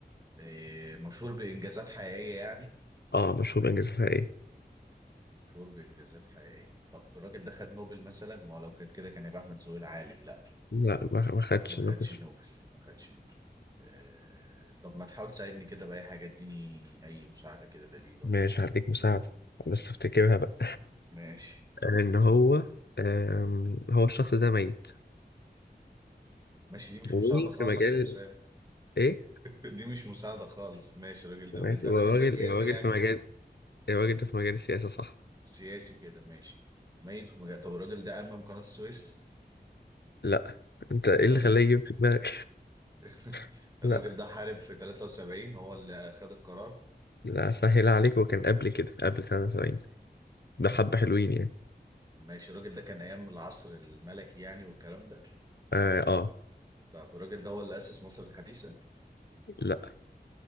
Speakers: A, on the right; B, on the left.
A: إيه مشهور بانجازات حقيقيه يعني
B: اه مشهور بإنجازاتها ايه
A: مشهور بانجازات حقيقيه طب الراجل ده خد نوبل مثلا ما هو لو كان كده كان يبقى احمد زويل العالم لا
B: لا ما ما خدش
A: ما خدش
B: نوبل
A: نوبل ما خدش نوبل إيه طب ما تحاول تساعدني كده باي حاجه اديني اي مساعده كده دليل ولا
B: ماشي
A: حاجه
B: هديك مساعدة بس افتكرها بقى
A: ماشي
B: آه، ان هو آم، هو الشخص ده ميت
A: ماشي دي مش
B: وفي
A: مساعده خالص
B: مجال
A: يا حسام
B: ايه
A: دي مش مساعدة خالص ماشي الراجل ده
B: ماشي
A: ده
B: والراجل
A: الراجل ده سياسي
B: الراجل
A: يعني
B: في مجال الراجل ده في مجال السياسة صح
A: سياسي كده ماشي ميت في مجال طب الراجل ده أمم قناة السويس
B: لا انت ايه
A: الراجل
B: اللي خلاه يجيب في دماغك
A: <laughs>
B: <laughs>
A: الراجل
B: لا
A: ده حارب في 73 هو اللي خد القرار
B: لا سهل عليك هو كان قبل كده قبل 73 بحبة
A: طيب
B: حلوين يعني
A: ماشي الراجل ده كان أيام العصر الملكي يعني والكلام ده
B: اه, آه.
A: طب الراجل ده هو اللي أسس مصر الحديثة
B: لا